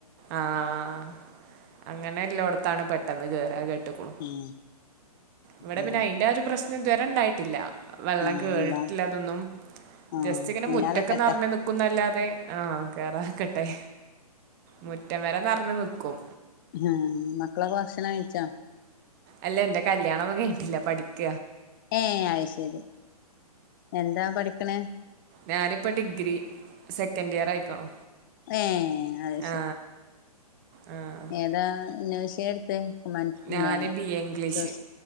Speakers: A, on the right; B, on the left.
A: ആഹ അങ്ങനെ എല്ലോടത്താണ് പെട്ടെന്ന് കേയറാ അഹ്‌ കേട്ടക്കുന്നു
B: ഉം
A: ഇവിടെ
B: ഉം
A: പിന്നെ അയിന്റെ ഒരു പ്രശ്നം ഇതുവരെ ഇണ്ടായിട്ടില്ല. വെള്ളം
B: ഉം
A: കേറിട്ടില്ലതൊന്നും
B: ഇല്ലാ ആഹ്
A: ജസ്റ്റ് ഇങ്ങനെ
B: ഇല്ലാതെക്കട്ടെ
A: മുറ്റൊക്കെ ന്നറഞ് നിക്കുന്നല്ലാതെ ആഹ് കേറാക്കട്ടെ മുറ്റം വരെ നറഞ്ഞു നിക്കും
B: അഹ്‌ മക്കളൊക്കെ ഭക്ഷണം കഴിച്ചോ
A: അല്ല എന്റെ കല്യാണംന്നും കഴിഞ്ഞിട്ടില്ല പഠിക്ക.
B: ഏയ്. അഹ് ശരി എന്താ പഠിക്കണ
A: ഞാനിപ്പോ ഡിഗ്രി സെക്കൻഡ് ഇയർ ആയിക്കണോ
B: ഏ അത്
A: ആഹ ആഹ
B: ഏതാെ ന്നവിശ ത്ത് ഒമാറ്റി പിന്നെ
A: ഞാന് ബിഎ ഇംഗ്ലീഷ്.
B: സർ